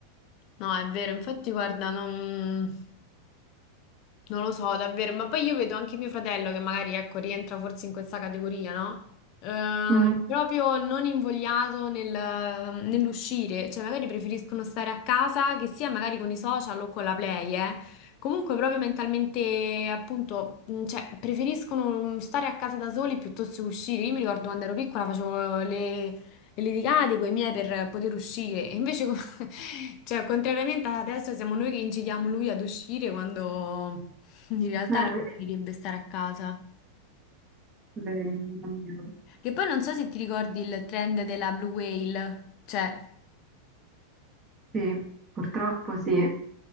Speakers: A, on the left (about 40°); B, on the right (about 20°).
A: No, è vero, infatti guarda, non... Non lo so, davvero, ma poi io vedo anche mio fratello che magari, ecco, rientra forse in questa categoria, no? Eh,
B: Mm, eh,
A: proprio non invogliato nel- nell'uscire, cioè magari preferiscono stare a casa, che sia magari con i social o con la play, eh. Comunque proprio mentalmente, appunto, mh, cioè preferiscono stare a casa da soli piuttosto che uscire. Io mi ricordo quando ero piccola facevo le, e litigate con i miei per poter uscire. E invece, co- <laughs> cioè, contrariamente ad adesso, siamo noi che incidiamo lui ad uscire quando in realtà
B: vedi,
A: lui dovrebbe stare a casa.
B: vedi, mio Dio.
A: Che poi non so se ti ricordi il trend della Blue Whale, cioè,
B: Sì, purtroppo sì.